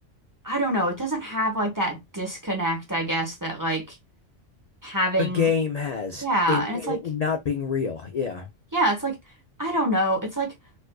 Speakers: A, on the right (about 20°); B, on the left (about 50°).
A: I don't know, it doesn't have like that disconnect, I guess, that like having
B: A game has
A: yeah,
B: in,
A: and
B: in
A: it's like
B: it not being real. Yeah.
A: yeah, it's like I don't know. It's like